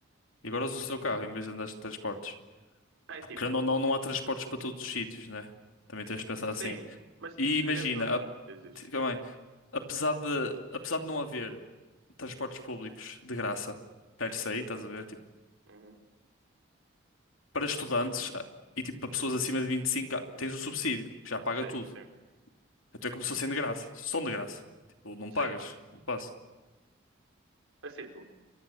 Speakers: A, on the left; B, on the right.
A: E agora usas o teu carro em vez de andares de transportes.
B: Ah, É
A: Porque,
B: tipo,
A: querendo ou não, não há transportes para todos os sítios, né? Também tens de pensar
B: sim,
A: assim.
B: mas tipo,
A: E imagina,
B: querendo. ou-
A: a-
B: Diz, diz.
A: diga bem, apesar de, apesar de não haver transportes públicos de graça, per se, estás a ver? Tipo,
B: Uhum.
A: para estudantes ah, e tipo para pessoas acima de 25, ah, tens o subsídio, que já paga
B: Sim,
A: tudo.
B: sim.
A: Até começou sendo de graça, são de graça. Tipo, não
B: Sim.
A: pagas, não passa.
B: Assim, tipo,